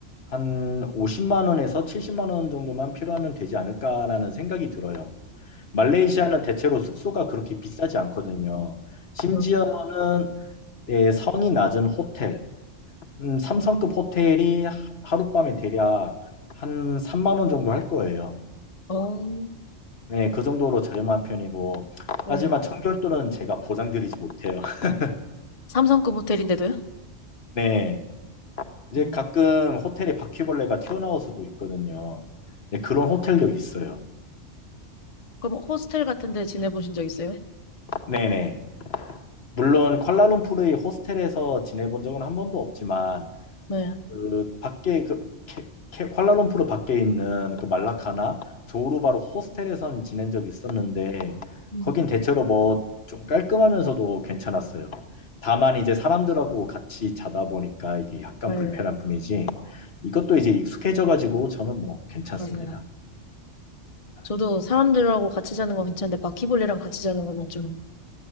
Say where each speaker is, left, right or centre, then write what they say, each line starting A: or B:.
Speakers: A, on the left; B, on the left.
A: 한 50만 원에서 70만 원 정도만 필요하면 되지 않을까라는 생각이 들어요. 말레이시아는 대체로 숙소가 그렇게 비싸지 않거든요. 심지어는
B: 음.
A: 네, 성이 낮은 호텔, 음, 삼성급 호텔이 하- 하룻밤에 대략 한 3만 원 정도 할 거예요.
B: 어,
A: 네, 그 정도로 저렴한 편이고,
B: 네.
A: 하지만 어, 청결도는 제가 보장드리지 못해요. <laughs>
B: 삼성급 호텔인데도요?
A: 네, 이제
B: 음.
A: 가끔 호텔에 바퀴벌레가 튀어나올 수도 있거든요. 네, 그런 호텔도 있어요.
B: 그럼 호스텔 같은 데 지내보신 적 있어요?
A: 네네. 물론 쿠알라룸푸르의 호스텔에서 지내본 적은 한 번도 없지만,
B: 네.
A: 그 밖에 그 케, 케, 쿠알라룸푸르 밖에 있는 그 말라카나 조우르바로 호스텔에선 지낸 적이 있었는데
B: 음.
A: 거긴 대체로 뭐 좀 깔끔하면서도 괜찮았어요. 다만 이제 사람들하고 같이 자다 보니까 이게 약간
B: 네.
A: 불편한 뿐이지 이것도 이제 익숙해져 가지고 저는 뭐 괜찮습니다.
B: 맞아요. 저도 사람들하고 같이 자는 건 괜찮은데 바퀴벌레랑 같이 자는 건 좀